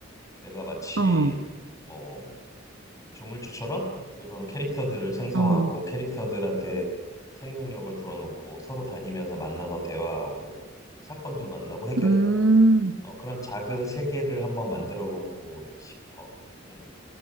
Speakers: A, on the left; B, on the right.
A: 내가 마치
B: 어.
A: 뭐 조물주처럼 이런 캐릭터들을 생성하고
B: 어.
A: 캐릭터들한테 생명력을 불어넣고 서로 다니면서 만나서 대화하고 사건도 만나고 해결하고
B: 음.
A: 어, 그런 작은 세계를 한번 만들어보고 싶어. 음,